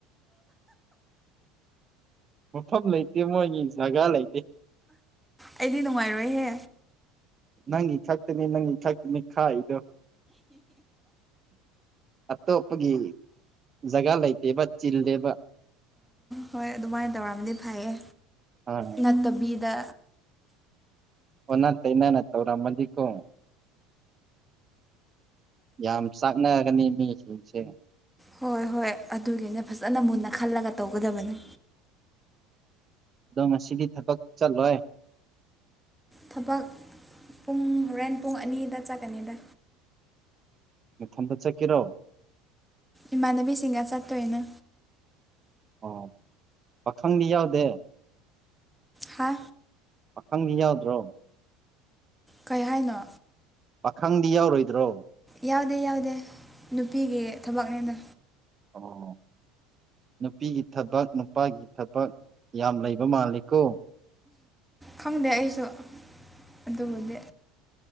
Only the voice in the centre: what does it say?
ꯑꯩꯗꯤ ꯅꯨꯡꯉꯥꯏꯔꯣꯏꯍꯦ
ꯍꯣꯏ ꯑꯗꯨꯃꯥꯏꯅ ꯇꯧꯔꯝꯗꯤ ꯐꯩꯌꯦ
ꯅꯠꯇꯕꯤꯗ
ꯍꯣꯏ ꯍꯣꯏ ꯑꯗꯨꯒꯤꯅꯦ ꯐꯖꯅ ꯃꯨꯟꯅ ꯈꯜꯂꯒ ꯇꯧꯒꯗꯕꯅꯤ
ꯊꯕꯛ ꯄꯨꯡ ꯃꯣꯔꯦꯟ ꯄꯨꯡ ꯑꯅꯤꯗ ꯆꯠꯀꯅꯤꯗ
ꯏꯃꯥꯟꯅꯕꯤꯁꯤꯡꯒ ꯆꯠꯇꯣꯏꯅ
ꯍꯥ
ꯀꯩ ꯍꯥꯏꯅ
ꯌꯥꯎꯗꯦ ꯌꯥꯎꯗꯦ ꯅꯨꯄꯤꯒꯤ ꯊꯕꯛꯅꯦꯅ
ꯈꯪꯗꯦ ꯑꯩꯁꯨ ꯑꯗꯨꯕꯨꯗꯤ